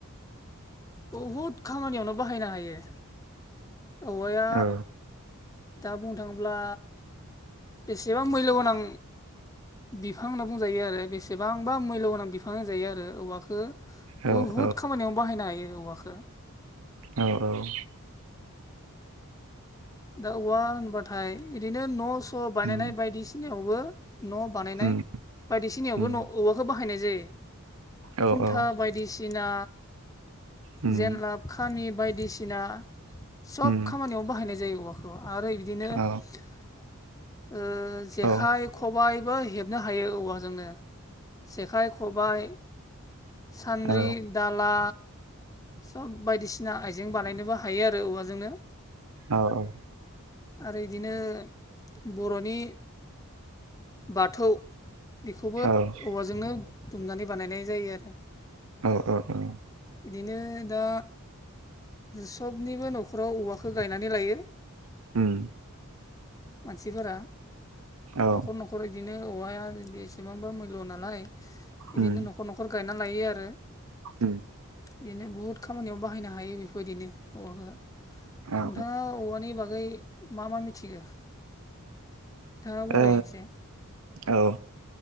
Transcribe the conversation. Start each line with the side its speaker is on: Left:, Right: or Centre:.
Left: बहुद खामानियावनो बाहायनो हायो। औवाया
Right: औ
Left: दा बुंनो थाङोब्ला बेसेबां मैल्य गोनां बिफां होनना बुंजायो आरो बेसेबांबा मैल्य गोनां बिफां होनजायो आरो औवाखो
Right: औ
Left: बुहुद
Right: औ
Left: खामानियाव बाहायनो हायो औवाखो
Right: औ औ
Left: दा औवा होनबाथाय इरिनो न' स' बानायनाय
Right: उम
Left: बायदिसिनायावबो न' बानायनाय
Right: उम
Left: बायदिसिनायावबो'
Right: उम
Left: औवाखौ बाहायनाय जायो
Right: औ
Left: खुन्था
Right: औ
Left: बायदिसिना
Right: उम
Left: जेनलाब खामि बायदिसि इना सब
Right: उम
Left: खामानियाव बाहायनाय जायो उ आरो बिदिनो
Right: औ
Left: ओ जेखाइ
Right: औ
Left: खबाइबो हेबनो हायो औवाजोंनो। जेखाइ, खबाय, सान्द्रि,
Right: औ
Left: दाला, सब बायदिसिना आइजें बानायनोबो हायो आरो औवाजोंनो
Right: औ औ
Left: आरो इदिनो बर'नि बाथौ बेखौबो
Right: औ
Left: औवाजोंनो दुमनानै बानायनाय जायो आरो
Right: औ औ औ
Left: बिदिनो दा सबनिबो न'खराव औवाखौ गायनानै लायो।
Right: उम
Left: मानसिफोरा
Right: औ
Left: न'खर न'खर न'खर बिदिनो औवाया बेसेबांबा मुल्य नालाय, बिदिनो
Right: उम
Left: न' न'खर न'खर गायना लायो आरो
Right: उम
Left: बिदिनो बुहुद खामानियाव बाहायनो हायो बेफोरबायदिनो औवाखौ
Right: औ
Left: नोंथाङा औवानि बागै मा मा मिथिगौ? नोंथाङा बुंलाय
Right: ओ
Left: एसे
Right: औ